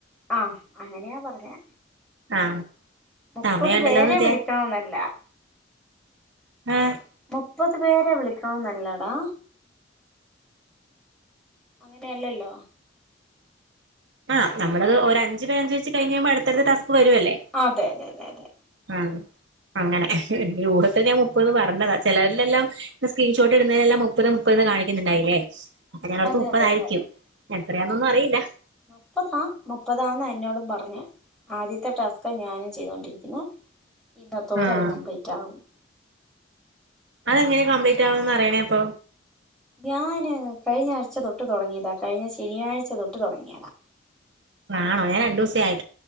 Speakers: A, in the centre; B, on the right.
A: ആഹ അങ്ങനെയാ പറഞ്ഞെ
B: ആഹ്
A: മുപ്പത്
B: സമയമുണ്ടല്ലോന്ന്
A: പേരെ
B: വിചാ
A: വിളിക്കണോന്നല്ല
B: ആഹ്
A: മുപ്പത് പേരെ വിളിക്കണം എന്നല്ലടാ അങ്ങനെയല്ലല്ലോ
B: ആ നമ്മളത് ഒരു അഞ്ച പേരഞ്ച് വെച്ച് കഴിഞ്ഴുമ്പോ അടുത്തത് ടാസ്ക് ഇപ്പ വരുല്ലേ
A: അതെ അതെ അതെ അതെ
B: ആ അങ്ങനെ എ ഊഹത്തിൽ ഞാൻ മുപ്പത് പറഞ്ഞതാ ചിലരിലെല്ലാം സ്ക്രീൻഷോട്ട് ഇടുന്നേനെല്ലാം മുപ്പത് മുപ്പതതെന്ന് കാണിക്കുന്നുണ്ടായില്ലേ അപ്പ ഞാനോർത്തു
A: അതെ
B: മുപ്പതായിരിക്കും
A: അതെ അതെ
B: എത്രയാന്നൊന്നും അറിയില്ല
A: മുപ്പതാ മുപ്പതാന്ന എന്നോടും പറഞ്ഞ ആദ്യത്തെ ടാസ്ക് ഞാനും ചെയ്തൊണ്ടിരിക്കുന്നു ഇന്നത്തോട്
B: ആഹ്
A: അത് കംപ്ലീറ്റ് ആകും
B: അതെങ്ങനെയാ കംപ്ലീറ്റ് ആവന്ന് അറിയണേ അപ്പൊ
A: ഞാന് കഴിഞ്ഞ ആഴ്ച തൊട്ട് തുടങ്ങിയതാ കഴിഞ്ഞ ശനിയാഴ്ച തൊട്ട് തുടങ്ങിയതാ
B: ആണോ ഞൻ രണ്ടു ദിവസം ആയി്